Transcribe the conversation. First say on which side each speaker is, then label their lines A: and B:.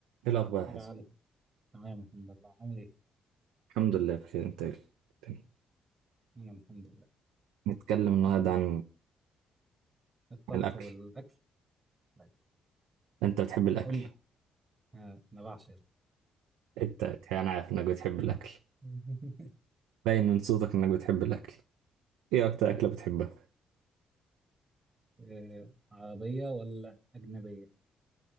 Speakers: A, on the right; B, on the right.
A: ايه الاخبار يا
B: يا
A: حسن
B: علي تمام الحمد لله عامل ايه؟
A: الحمد لله بخير انت إيه تاني
B: انا الحمد لله
A: نتكلم النهارده
B: هذا
A: عن
B: الطبخ
A: عن الاكل
B: والاكل الأكل.
A: انت بتحب الاكل
B: قول لي آه، انا بعشق ده.
A: انت انا عارف انك بتحب الاكل
B: <laughs>
A: باين من صوتك انك بتحب الاكل ايه اكتر اكله بتحبها
B: آه، عربيه ولا اجنبيه؟